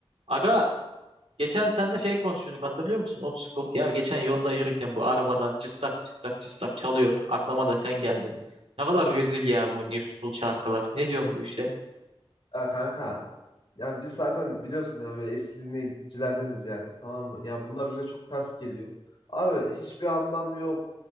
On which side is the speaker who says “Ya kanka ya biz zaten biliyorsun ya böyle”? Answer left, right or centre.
Left